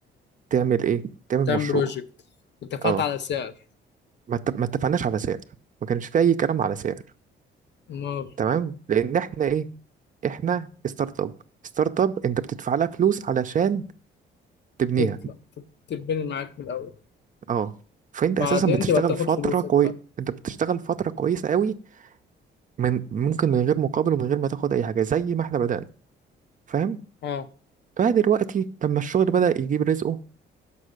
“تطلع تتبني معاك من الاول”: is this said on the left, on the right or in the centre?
Left